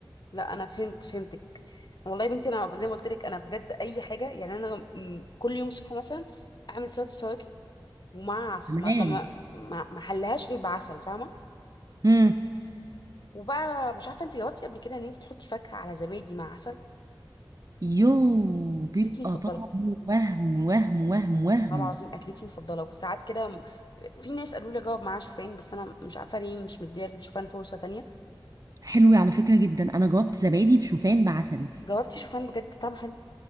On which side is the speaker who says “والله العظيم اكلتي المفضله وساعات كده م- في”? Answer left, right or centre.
Left